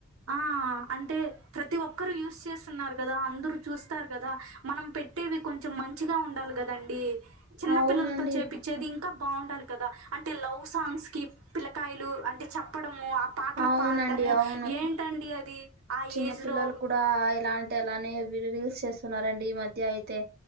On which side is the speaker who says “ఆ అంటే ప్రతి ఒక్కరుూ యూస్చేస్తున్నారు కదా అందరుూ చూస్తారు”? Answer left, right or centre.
Right